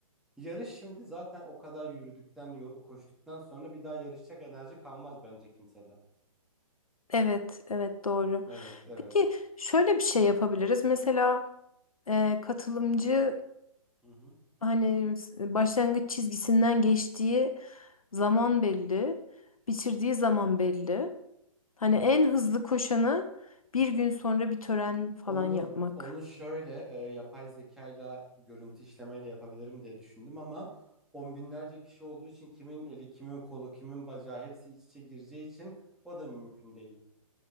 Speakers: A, in the centre; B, on the left.
A: Yarış şimdi zaten o kadar yürüdükten, yo- koştuktan sonra bir daha yarışacak enerji kalmaz bence kimsede.
B: Evet, evet doğru.
A: Evet, evet.
B: Peki şöyle bir şey yapabiliriz. Mesela e, katılımcı
A: Hı hı.
B: hani başlangıç çizgisinden geçtiği zaman belli, bitirdiği zaman belli. Hani en hızlı koşanı bir gün sonra bir tören falan
A: Onu
B: yapmak.
A: onu şöyle e, yapay zekayla görüntü işlemeyle yapabilirim diye düşündüm ama on binlerce kişi olduğu için kimin eli, kimin kolu, kimin bacağı hepsi iç içe gireceği için o da mümkün değil.